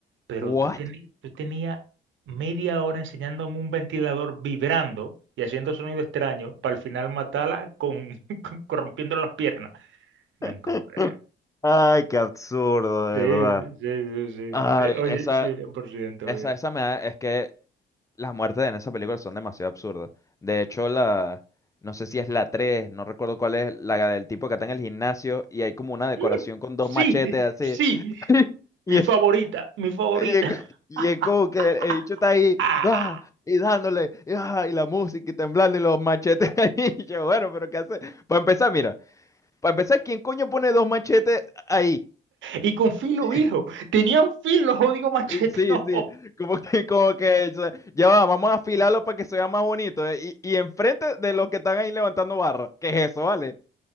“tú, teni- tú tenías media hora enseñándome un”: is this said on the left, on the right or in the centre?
Right